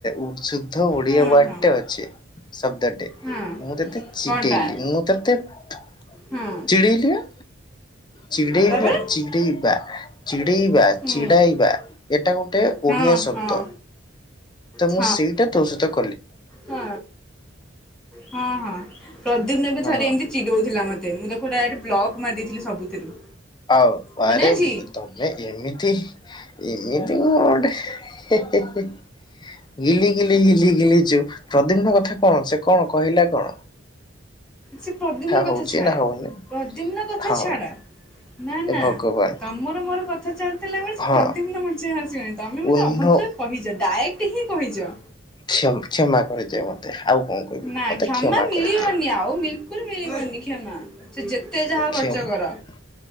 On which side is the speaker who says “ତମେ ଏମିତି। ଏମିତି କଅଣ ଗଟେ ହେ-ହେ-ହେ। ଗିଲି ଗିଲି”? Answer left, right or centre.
Left